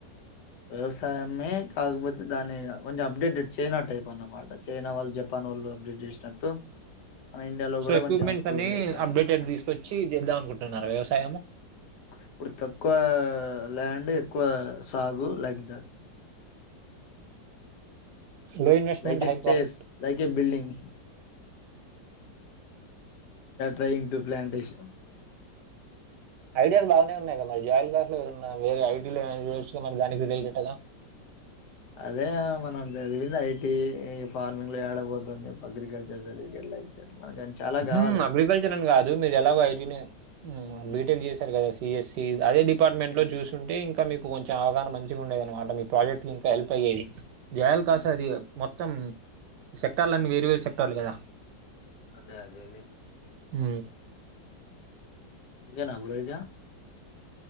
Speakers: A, on the left; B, on the right.
A: వ్యవసాయమే కాకపోతే దాన్ని కొంచెం అప్డేటెడ్ చైనా టైప్ అన్నమాట చైనా వాళ్ళు జపాన్ వాళ్ళు అప్డేట్ చేసినట్టు ఇండియాలో
B: సో
A: కూడా
B: ఎక్విప్మెంట్స్
A: కొంచెం ఇంప్రూవ్
B: అన్ని
A: చేద్దామని
B: అప్డేటెడ్ తీసుకొచ్చి చేద్దాం అనుకుంటున్నారు వ్యవసాయము
A: ఇప్పుడు తక్కువ ల్యాండ్ ఎక్కువ సాగు లైక్ దాట్
B: లో investment
A: like
B: high
A: a stairs
B: profit
A: like a building టంగ్ ప్లాలాంటేషన్
B: ఐడియాస్ బాగానే ఉన్నాయి కదా మరి జాయిల్ కస్ లో వేరే ఐటీలో మరి దానికి కదా
A: అదే మనం చదివింది ఐటీ ఈ ఫార్మింగ్ లో ఏడపోతుంది అగ్రికల్చర్ లైక్ దట్ మనకు చాలా కావాలి
B: మ్
A: అవి
B: అగ్రికల్చర్ అని కాదు మీరు ఎలాగో యటీనే బీటెక్
A: ఉమ్,
B: చేశారు కదా సిఎస్సి అదే డిపార్ట్మెంట్
A: ఉమ్,
B: లో చూసింటే ఇంకా మీకు కొంచెం అవగాహన మంచిగా ఉండేద అనమా మీ ప్రాజెక్ట్ కంకా హెల్ప్ అయ్యేది జయల్ కాస
A: ఉమ్,
B: అది మొత్త మొత్తం సెక్టర్లున్నీ వేరు వేరు సెక్టర్లు కదా
A: అదే అదే అదే
B: అ
A: కనా బ రహజ